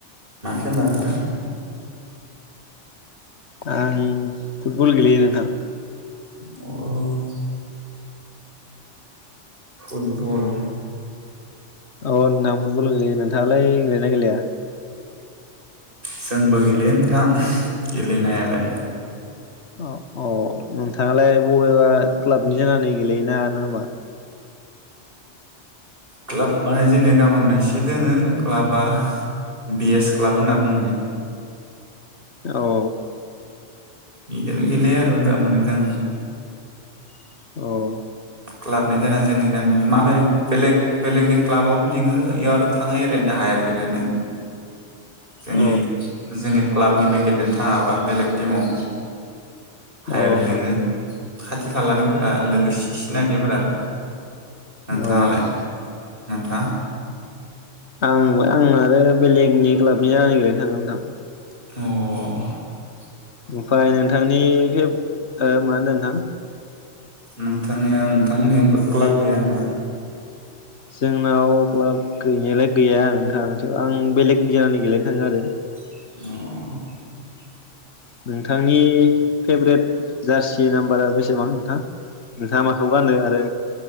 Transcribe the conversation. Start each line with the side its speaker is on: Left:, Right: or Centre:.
Right: <unintelligible> नोंथां
Left: आं फुटबल गेलेयो नोंथां ।
Right: अ फुटबल
Left: अ नोंथां फुटबल गेलेयो दालाय गेलेयोना गैलेया?
Right: जोंबो गेलेयो नोंथां गेलेनायालाय
Left: अ औ नोंथाङालाय बबेबा क्लाबनि जानानै गेलेयो ना मा?
Right: क्लाब माने जोंनि गामियाव मोनसे दोङो क्लाबा बिएस क्लाब होनना बुंनाय ।
Left: औ
Right: इदोनो गेलेयो आरो टारमाने जों
Left: औ
Right: क्लाबनि जाना जोंनि गामिनि मालाय बेलेग बेलेगनि क्लाबाबो लिङो इयाव आरैनो थाङो ओरैनो हायार गेलेनो । जोंनि
Left: औ
Right: जोंनि क्लाबनि गेलेनो थाङाबा बेलेग टिमाव हायार
Left: औ
Right: लिङो खाथि खालानिफोरा लोगोसे सिनाकिफोरा । नोंथाङालाय?
Left: आं
Right: नोंथाङा?
Left: आंबो आं आरो बेलेगनि क्लाबनि जानो नागिरनो थांगोन नोंथां ।
Right: अ ।
Left: ओमफाय नोंथांनि हेब ओ मा होनदों नोंथां?
Right: नोंथांनियाव नोंथांमोननि क्लाब गैया नङा?
Left: जोंनाव क्लाब गैनायालाय गैया नोंथाङा थेव आं बेलेगनि जानानै गेलेनो थाङो आरो ।
Right: अ ।
Left: नोंथांनि फेभरेट जार्सि नाम्बारा बेसेबां नोंथां? नोंथाङा माखौ गानो आरो